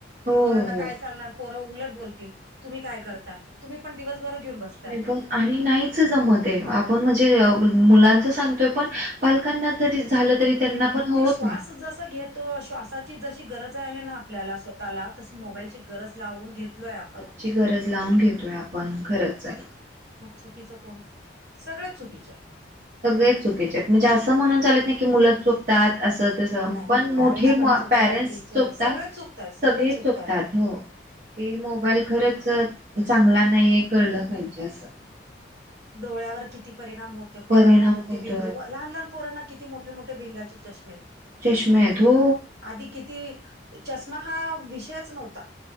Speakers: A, on the right; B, on the right.
A: हो,
B: पोरांना
A: हो.
B: काय सांगणार पोर उलट बोलतील. तुम्ही काय करताय तुम्ही पण दिवसभर घेऊ बसताय.
A: तुम्ही पण आणि नाहीच जमत आहे आपण म्हणजे मुलांच सांगतोय पण पालकांना तरी झालं तरी त्यांना
B: नाही
A: पण होत
B: ते श्वास
A: नाही.
B: जस घेत तो श्वासाची जशी गरज आहे ना आपल्याला स्वतःला तस मोबाईलची गरज लावून घेतलोय आपण.
A: ची गरज लावून घेतोय आपण खरंच आहे.
B: मग चुकीचं कोण सगळे चुकीचे आहेत.
A: सगळे चुकीचे आहेत म्हणजे असं म्हणून चालेत नाही की मुलं चुक त्यात अस तस
B: नाही
A: पण
B: नाही
A: मोठे
B: पॅरेंट्स पण चुकतायत
A: पॅरेंट्स
B: टीचर
A: चुकतात
B: सगळेच चुकतायत
A: सगळे
B: चुकतायत.
A: चुकतात. हो की मोबाईल खरंच चांगला नाहीय कळलं पाहिजे असं.
B: डोळ्यावर किती परिणाम होतो पोरांना
A: परिणाम
B: मोती
A: होत
B: बिंदू व लहान लहान पोरांना किती मोठ मोठे मोठे भिंगाचे चष्मे आहेत.
A: चष्मे आहेत हो.
B: आधी किती चष्मा हा विषयच नव्हता.